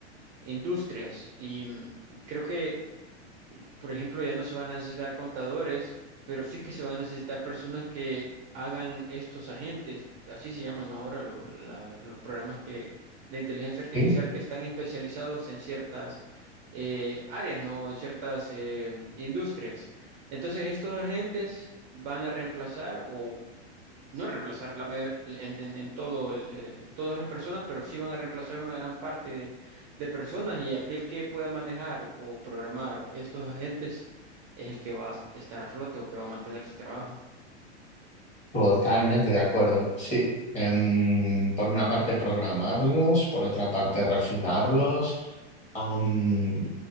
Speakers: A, on the right; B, on the left.
A: industrias. Y mm, creo que por ejemplo, ya no se van a necesitar contadores, pero sí que se van a necesitar personas que hagan estos agentes, así se llaman ahora lo- la- los programas que, de inteligencia artificial
B: Sí.
A: que están especializados en ciertas eh, áreas, ¿no? En ciertas eh, industrias. Entonces, estos agentes van a reemplazar o no reemplazar la mayor en, en- en todo el- el- todas las personas, pero sí van a reemplazar una gran parte de, de personas y aquel que pueda manejar o, o programar estos agentes es el que va a estar a flote o que va a mantener su trabajo.
B: Totalmente de acuerdo, sí. Em, por una parte programarlos, por otra parte refinarlos, am,